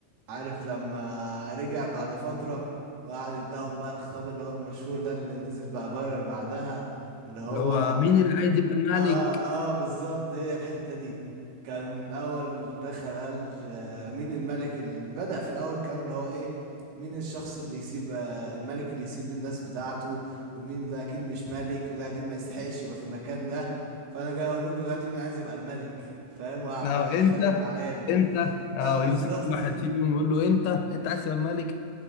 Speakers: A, on the right; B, on the left.
A: عارف لما رجع بعد فترة وقعد اداهم بقى الخطاب اللي هو المشهور ده اللي نزل بقى فايرال بعدها اللي هو
B: اللي هو مين اللي عايز يبقى الملك
A: اه اه بالظبط هي الحتة دي كان اول دخل قال آه، مين الملك اللي بدأ في الاول الكلام اللي هو ايه مين الشخص اللي يسيب آه، الملك اللي يسيب الناس بتاعته ومين ده اكيد مش ملك وده اكيد ما يستحقش يبقى في المكان ده فانا جاي اقول لكم دلوقتي مين عايز يبقى الملك فاهم وقعد
B: اه
A: بقى
B: انت
A: يتخانق مع عياله
B: انت اه
A: اه بالظبط
B: يمسك كل واحد فيهم ويقول له انت انت عايز تبقى الملك